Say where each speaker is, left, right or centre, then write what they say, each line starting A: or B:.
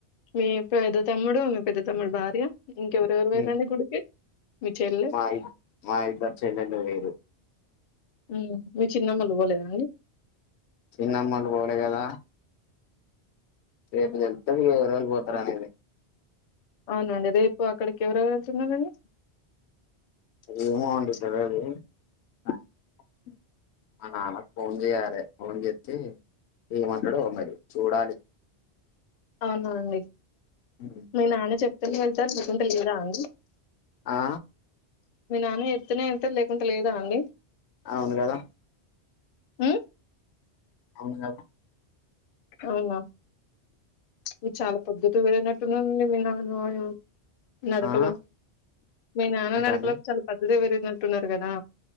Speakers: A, on the left (about 60°); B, on the left (about 80°).
A: మీ పెద్ద తమ్ముడు మీ పెద్ద తమ్ముడు భార్య ఇంకెవరెవరు పోయిరండి
B: మ్
A: గుడికి మీ చెల్లె
B: మాయి మాయిద్దరు చెల్లెల్లు పోయిరు
A: ఉ మీ చిన్నమ్మల్లు బోలేదా
B: చిన్నమ్మలు పోలే కదా రేపు తెలుత్తది ఎవలెవలు పోతరనేది
A: అవునండి రేపు అక్కడికి ఎవరు యెల్తున్నారంండి
B: ఏమో అండి తెలీదు ఆల్ నాన్నకు ఫోన్ జేయాలే ఫోన్ చెప్పి ఏమంటడో మరి చూడాలి
A: అవునా అండి
B: హ్మ్.
A: మీ నాన్న చెప్తేనే వెళ్తారు ముఖం తెలిదా అండి
B: ఆ
A: మీ నాన్న ఎత్తున్నా అంతే లేకుంట లేదా అండి
B: అవును గదా
A: ఉ
B: అవునుగద
A: అవునా మీరు చాలా పద్ధతి పెరిగినట్టున్నరండి మీ నాన్యం నడకలో
B: ఆ
A: మీ నాన్న
B: అంటాండు
A: నడకలో చాలా పెద్దది వరు టున్నారుర్గదా